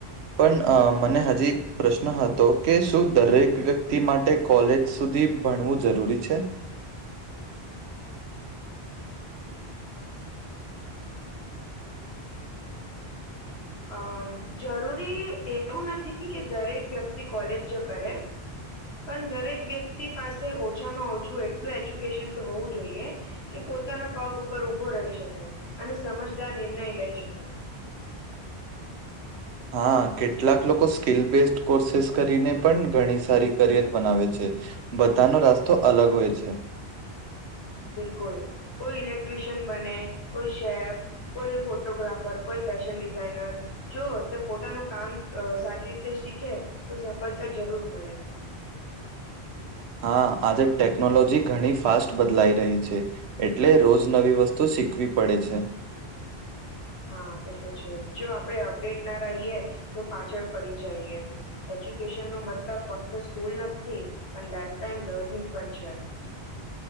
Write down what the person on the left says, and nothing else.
અમ જરૂરી એવું નથી કે દરેક વ્યક્તિ કોલે જ કરે. પણ દરેક વ્યક્તિ પાસે ઓછામાં ઓછું એટલું એજ્યુકેશન તો હોવું જોઈએ, કે પોતાના પગ ઉપર ઊભો રહી શકે અને સમજદાર નિર્ણય લઈ શકે. <inaudible>
બિલકુલ, કોઈ ઇક્ટ્રીિશિયન બને કોઈ શેફ, કોઈ ફોટોગ્રાફર, કોઈ ફેશન ડિઝાઇનર જો તે પોતાનું કામ અ સારી રીતે શીખે, તો સફળતા જરૂર મળે.
હા તે તો છે જ. જો આપડે અપડેટ ના રહીએ તો પાછળ પડી જઈએ. એજ્યુકેશનનો મતલબ ફક્ત સ્કૂલ નથી પણ લાઈફ ટાઈમ લર્નિંગ પણ છે.